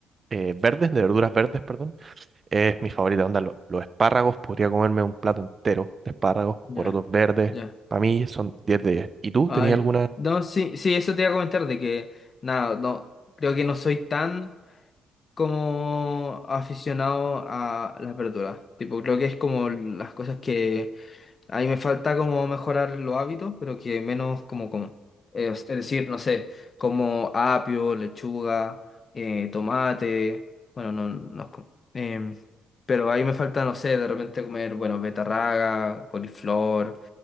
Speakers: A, on the right; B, on the left.
A: eh, verdes, de verduras verdes, perdón, es mi favorita. Onda, lo- los espárragos, podría comerme un plato entero de espárragos,
B: ya,
A: porotos verdes,
B: ya.
A: para mí son diez de diez ¿Y tú
B: Ah,
A: tenías
B: ya.
A: alguna...
B: No, sí, sí, eso te iba a comentar de que, nada, no, creo que no soy tan como aficionado a las verduras. Tipo, creo que es como las cosas que Ahí me falta como mejorar los hábitos, pero que menos como como. Eh, es es decir, no sé, como apio, lechuga, eh, tomate. Bueno, no, no es como- em, pero ahí me falta, no sé, de repente comer, bueno, betarraga, coliflor